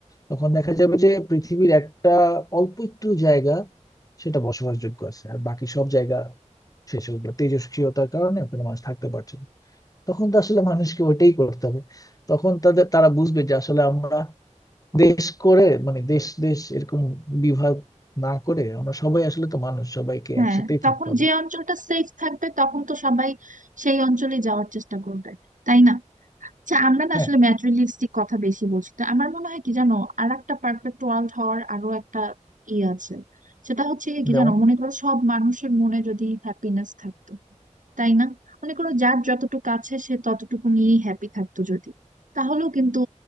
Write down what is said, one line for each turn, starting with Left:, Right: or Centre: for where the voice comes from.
Left: তখন দেখা যাবে যে পৃথিবীর একটা অল্প একটু জায়গা সেটা বসবাসযোগ্য আছে আর বাকি সব জায়গা শেষ হয়ে গেল তেজস্ক্রিয়তার কারণে ওখানে মানুষ থাকতে পারছে না তখন তো আসলে মানুষকে ওইটাই করতে হবে তখন তাদের তারা বুঝবে যে আসলে আমরা দেশ করে মানে দেশ দেশ এরকম বিভাগ না করে আমরা সবাই আসলে তো মানুষ সবাইকে
Right: হ্যাঁ
Left: একসাথেই
Right: তখন
Left: থাকতে হবে
Right: যে অঞ্চলটা সেফ থাকবে তখন তো সবাই সেই অঞ্চলে যাওয়ার চেষ্টা করবে তাই না আচ্ছা আমরা না
Left: হ্যাঁ
Right: আসলে ম্যাটেরিয়ালিস্টিক কথা বেশি বলছি তো আমার মনে হয় কি জানো আর একটা পারফেক্ট ওয়ার্ল্ড হওয়ার আরো একটা ই আছে সেটা হচ্ছে কি
Left: যেমন
Right: জানো মনে করো সব মানুষের মনে যদি হ্যাপিনেস থাকতো তাই না মনে করো যার যতটুকু আছে সে ততটুকু নিয়েই হ্যাপি থাকতো যদি তাহলেও কিন্তু